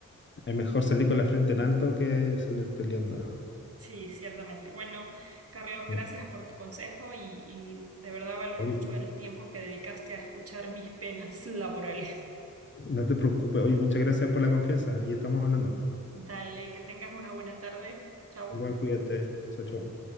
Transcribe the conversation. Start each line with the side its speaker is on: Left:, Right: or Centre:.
Left: es mejor salir con la frente en alto que salir peleando.
Right: Sí, ciertamente. Bueno, Carlos,
Left: Sí,
Right: gracias por tu consejo y, y de verdad valoro
Left: obvio.
Right: mucho el tiempo que dedicaste a escuchar mis penas <laughs> laborales.
Left: No te preocupes, oye, muchas gracias por la confianza y estamos hablando.
Right: Dale, que tengas una buena tarde. Chau.
Left: Igual cuídate, chao, chao.